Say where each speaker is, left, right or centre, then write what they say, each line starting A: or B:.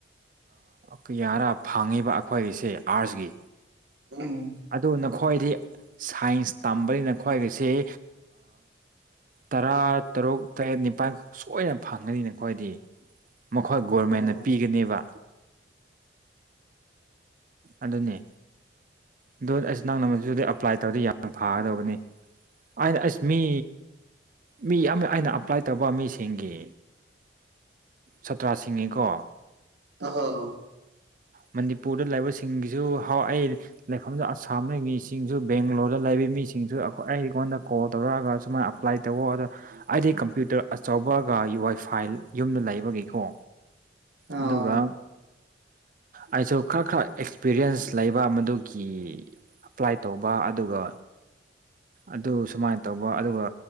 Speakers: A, on the right (about 45°); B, on the right (about 60°).
A: ꯀꯌꯥꯔ ꯐꯪꯉꯤꯕ ꯑꯩꯈꯣꯏꯁꯦ ꯑꯥꯔꯁꯀꯤ
B: ꯎꯝ
A: ꯑꯗꯨ ꯅꯈ꯭ꯋꯥꯗꯤ ꯁꯥꯏꯟꯁ ꯇꯝꯕꯅꯤꯅꯈ꯭ꯋꯥꯏꯒꯤꯁꯤꯦ ꯇꯔꯥ ꯇꯔꯨꯛ ꯇꯔꯦꯠ ꯅꯤꯄꯥꯜꯈꯛ ꯁꯣꯏꯅ ꯐꯪꯉꯅꯤꯅꯦ ꯈꯣꯏꯗꯤ ꯃꯈꯣꯏ ꯒꯣꯔꯃꯦꯟꯅ
B: ꯑꯣ
A: ꯄꯤꯒꯅꯦꯕ ꯑꯗꯨꯅꯦ ꯑꯗꯨ ꯑꯩꯁ ꯅꯪ ꯅ ꯃ ꯑꯦꯞꯄ꯭ꯂꯥꯏ ꯇꯧꯔꯗꯤ ꯌꯥꯝ ꯐꯒꯗꯧꯕꯅꯤ ꯑ ꯑꯁ ꯃꯤ ꯃꯤ ꯑꯃ ꯑꯩꯅ ꯑꯄ꯭ꯂꯥꯏ ꯇꯧꯕ ꯃꯤꯁꯤꯡꯒꯤ ꯁꯥꯇ꯭ꯔꯥꯁꯤꯡꯒꯤꯀꯣ
B: ꯑꯣ ꯍꯣ
A: ꯃꯅꯤꯄꯨꯔꯗ ꯂꯩꯕꯁꯤꯡꯒꯤꯁꯨ ꯍ ꯑꯩ ꯂꯩꯐꯝꯗ ꯑꯁꯥꯝꯒꯤ ꯃꯤꯁꯤꯡꯁꯨ ꯕꯦꯡꯒ꯭ꯂꯣꯔꯗ ꯂꯩꯕ ꯃꯤꯁꯤꯡꯁꯨ ꯑꯩꯈꯣꯏ ꯑꯩ ꯑꯩꯉꯣꯟꯗ ꯀꯣꯜ ꯇꯧꯔꯛꯑꯒ ꯁꯨꯃꯥꯏꯅ ꯄ꯭ꯂꯥꯏ ꯇꯧꯋꯣ ꯑꯗꯣ ꯑꯩꯗꯤ ꯀꯝꯄ꯭ꯌꯨꯇꯔ ꯑꯆꯧꯕꯒ ꯋꯥꯏ ꯐꯥꯏꯜ ꯌꯨꯝꯗ ꯂꯩꯕꯒꯦꯀꯣ
B: ꯑꯣ
A: ꯑꯗꯨꯒ ꯑꯩꯁꯨ ꯈꯔ ꯈꯔ ꯑꯦꯛꯁꯄꯤꯔꯤꯌꯦꯟꯁ ꯂꯩꯕ ꯃꯗꯨꯒꯤ ꯑꯦꯞꯄ꯭ꯂꯥꯏ ꯇꯧꯕ ꯑꯗꯨꯒ ꯑꯗꯨ ꯁꯨꯃꯥꯏꯅ ꯇꯧꯕ ꯑꯗꯨꯒ